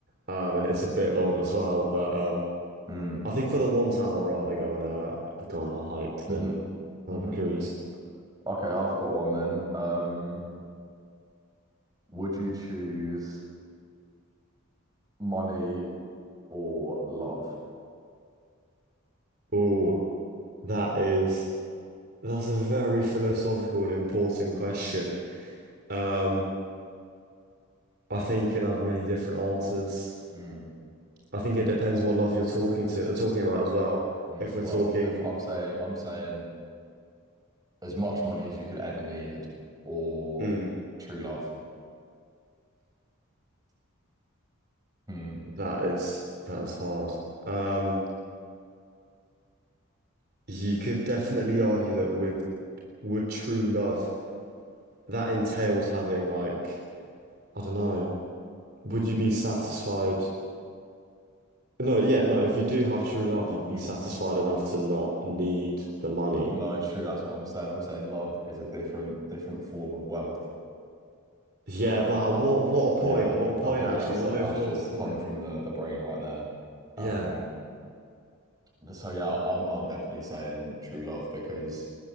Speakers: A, on the right; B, on the right.
A: um, and it's a bit long as well. But um,
B: mm,
A: I think for the one time, I'd rather go on a go on a hike
B: hmm
A: than on
B: hmm
A: a cruise.
B: Okay, I've got one then. Um, would you choose money or love?
A: Oh, that is. That's a very philosophical and important question.
B: Mm,
A: Um, I think you can have many different answers.
B: mm,
A: I think it depends what love you're talking to, talking about as well.
B: mm.
A: If we're
B: Well,
A: talking,
B: if I'm saying I'm saying as much money as you could ever need or
A: mm,
B: true love. Mm,
A: that is that is hard. Um, you could definitely argue that with would true love that entails having like I don't know. Would you be satisfied? No, yeah, no. If you do have true love, you'd
B: mm.
A: be satisfied enough to not need the money.
B: No, true. That's what I'm saying. I'm saying love is a different different form of wealth.
A: Yeah, wow,
B: Um,
A: what what a
B: yeah,
A: point. What a point
B: I think
A: actually.
B: that's
A: What
B: that's
A: an informative
B: just
A: point.
B: come from the the brain right there. Um,
A: Yeah,
B: but so yeah, I'm I'm definitely saying true love because